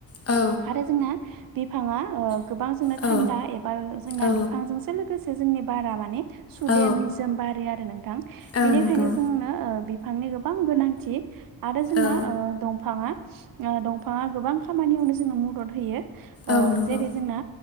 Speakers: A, on the left; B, on the right.
A: औ
B: आरो जोंना बिफाङा ओ गोबां
A: औ
B: थानदा एबा जोंना
A: औ
B: बिफांजोंसो लोगोसे जोंनि बारा माने सुदेम
A: औ
B: निजोम बारो आरो नोंथां
A: औ
B: बेनिखायनो
A: नंगौ
B: जोंनो ओ बिफांनि गोबां गोनांथि आरो जोंना
A: औ
B: दंफाङा दंफाङा गोबां खामानियावनो जोंनो मदद होयो ओ
A: औ नंगौ
B: जेरै जोंना